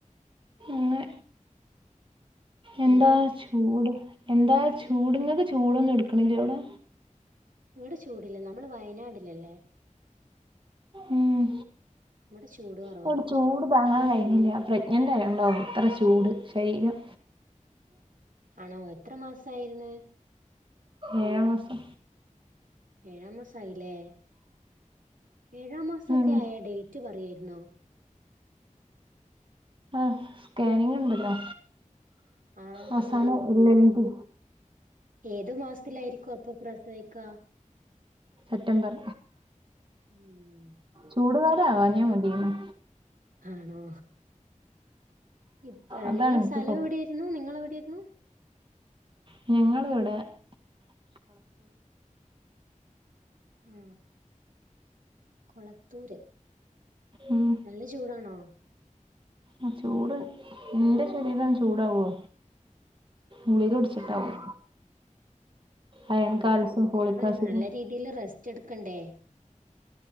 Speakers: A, on the right; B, on the right.
A: അങ്ങനെ എന്താ
B: എന്ത്
A: ചൂട് എന്താ ചൂട് ഇങ്ങക്ക് ചൂടൊന്നും എടുക്കണില്ലേ അവിടെ
B: !!!!!!!!
A: ഉം
B: ഇവിടെ ചൂട് കുറവാ
A: ഇവിടെ ചൂട് താങ്ങാൻ കഴിന്നില്ല പ്രഗ്നൻറ് ആയത് കൊണ്ടാവും ഇത്ര ചൂട് ശരീരം
B: ആണോ എത്ര മാസായിരിന്ന്
A: ഏഴാം മാസം
B: ഏഴാം മാസയില്ലേ ഏഴാം മാസം ഒക്കെ
A: ഉം
B: ആയ ഡേറ്റ് പറയായിരുന്നോ
A: ആ സ്കാനിങ് ഉണ്ടല്ലോ
B: ആഹ്
A: അവസാനം
B: അപ്പൊ
A: എൽ എം പി
B: ഏതു മാസത്തിലായിരിക്കും അപ്പൊ പ്രസവിക്ക
A: സെപ്റ്റംബർ
B: ഉം
A: ചൂട് കാലം ആവാഞ്ഞ മതിയാരുന്നു
B: ആണോ ഇപ്പഴ്
A: അതാണ്
B: നിങ്ങൾ
A: എനിക്ക്
B: സ്ഥലം
A: പ
B: എവിടെയായിരുന്നു നിങ്ങള് എവിടൊയിരുന്നു
A: !!!!!!!!
B: ഉം കൊളത്തൂര്
A: ഉം
B: നല്ല ചൂടാണോ
A: ആഹ് ചൂട് ഇന്റെ ശരീരം ചൂടാവുവാ ഗുളിക കുടിച്ചിട്ടാവും
B: ആഹ്
A: അയൺ
B: ആയിരിക്കും
A: കാൽസ്യം ഫോളിക്
B: എന്നാലും
A: ആസിഡും
B: നല്ല രീതിയില് റെസ്റ്റ് എടുക്കണ്ടേ